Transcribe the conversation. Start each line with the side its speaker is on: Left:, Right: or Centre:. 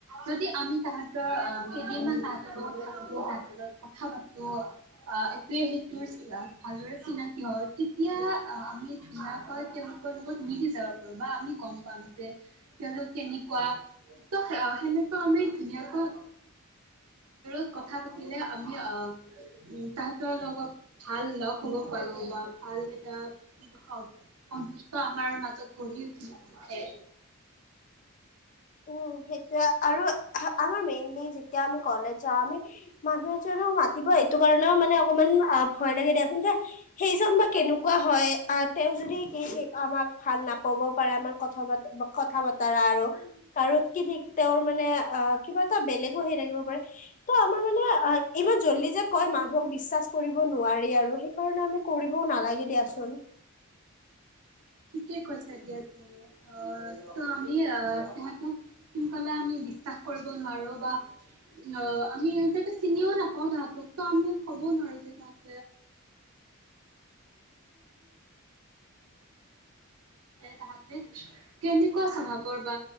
Right: যদি আমি তাহতৰ আ কেইদিনমান তাহতৰ <unintelligible> তাহতৰ লগত কথা পাতো আহ ইতোৱে সিতোৰ ভালদৰে চিনাকী হৈ তেতিয়া আমি <unintelligible> <unintelligible> বা আমি গম পাম। তেওঁলোক কেনেকুৱা ত' সেনেকুৱা আমি ধুনীয়াকৈ <unintelligible> কথা পাতিলে আমি আহ উম, তাহতৰ লগত ভাল লগ হব পাৰো বা ভাল এটা <unintelligible> আমাৰ মাজত গঢ়ি উঠ-উঠে।
Left: উম, সেইটোয়ে আৰু <unintelligible> আমাৰ মেইনলি যেতিয়া আমি ঘৰলে যাওঁ, আমি মানুহ এজনক মাটিব সেইটো কাৰণেও মানে অকমান আহ ভয় লাগে দিয়াচোন <unintelligible> সেইজন বা কেনেকুৱা হয়, আহ তেওঁ যদি কি ঠিক
Right: উঠে।
Left: আমাক ভাল নাপ ক'ব পাৰে আমাৰ কথা ব কথা বতৰা আৰু আৰু কি ঠিক তেওঁৰ মানে অ' কিবা এটা বেলেগো হেৰি থাকিব পাৰে। ত' আমাৰ মানে আহ ইমান জল্দি যে কয় মানুহক বিশ্বাস কৰিব নোৱাৰি আৰু হে সেইটো কাৰণে আমি কৰিবও নালাগে দিয়াচোন।
Right: ঠিকে কৈছা দিয়া তুমি, আহ ত' আমি সিহতক সোনকালে আমি বিশ্বাস কৰিব নোৱাৰো বা অ', আমি যিহেটো চিনিও নাপাও তাহতক ত' আমি ক'বও নোৱাৰো যে তাহ <unintelligible> <unintelligible> তাহতে কেনেকুৱা স্বভাৱৰ বা